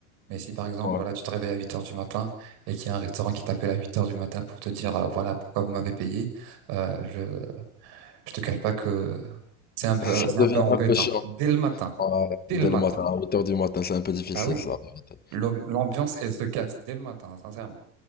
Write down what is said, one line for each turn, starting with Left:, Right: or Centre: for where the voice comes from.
Right: Mais si par exemple,
Left: Ouais.
Right: voilà, tu te réveilles à 8 heures du matin et qu'il y a un restaurant qui t'appelle à 8 heures du matin pour te dire, euh, voilà, pourquoi vous m'avez payé, euh, je, je te cache pas que c'est un
Left: <laughs>
Right: peu,
Left: Ça
Right: c'est
Left: devient
Right: un peu embêtant.
Left: un peu chiant.
Right: Dès le matin.
Left: Ouais.
Right: Dès
Left: Dès
Right: le matin.
Left: le matin, à 8h du matin, c'est un peu difficile,
Right: Bah oui.
Left: ça, la vérité.
Right: L'amb- L'ambiance, elle se casse dès le matin, sincèrement.